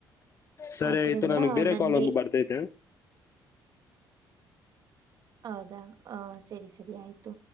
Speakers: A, on the left (about 40°); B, on the right (about 55°).
A: ಸರಿ
B: ಅದ್ರಿಂದ
A: ಆಯ್ತು ನನ್ಗ್ ಬೇರೆ
B: ನನ್ಗೆ
A: ಕಾಲ್ ಒಂದು ಬರ್ತೈತೆ.
B: ಹೌದಾ ಆ ಸರಿ ಸರಿ ಆಯ್ತು.